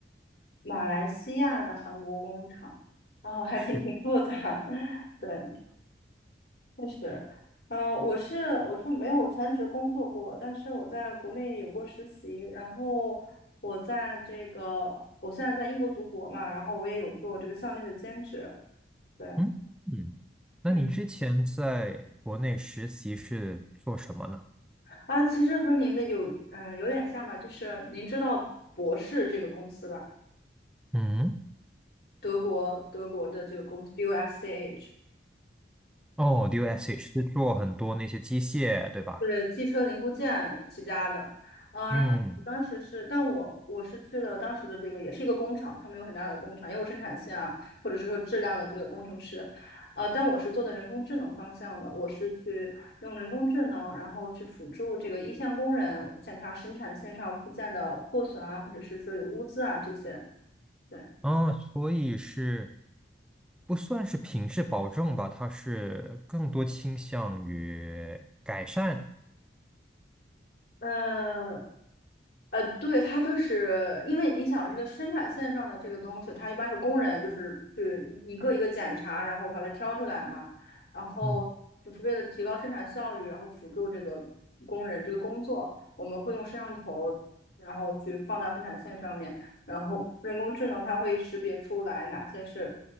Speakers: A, on the left; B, in the centre.
A: 马来西亚的韩国工厂，哦，还挺挺复杂。
B: 是的，
A: <laughs> 对，确实，嗯、我是我是没有全职工作过，但是我在国内有过实习，然后我在这个我现在在英国读博嘛，然后我也有做这个校内的兼职，对，
B: 嗯嗯，那你之前在国内实习是做什么呢？
A: 嗯，啊，其实和您的有嗯、有点像吧，就是您知道博士这个公司吧，
B: 嗯，
A: 德国德国的这个公司 BOSCH。
B: 哦，DOSH 是做很多那些机械，对吧？
A: 是汽车零部件起家的，呃，
B: 嗯，
A: 然后当时是，但我我是去了当时的这个也是一个工厂，他们有很大的工厂，也有生产线啊，或者是说质量的这个工程师，呃，但我是做的人工智能方向的，我是去用人工智能，然后去辅助这个一线工人检查生产线上部件的破损啊，或者是说有污渍啊这些，对，
B: 啊，所以是不算是品质保证吧，它是更多倾向于改善。
A: 呃，呃，对，它就是因为你想这个生产线上的这个东西，它一般是工人就是去一个一个检查，然后把它挑出来嘛，然后就是为了提高生产效率，
B: 嗯，
A: 然后辅助这个工人这个工作，我们会用摄像头，然后去放到生产线上面，然后人工智能它会识别出来哪些是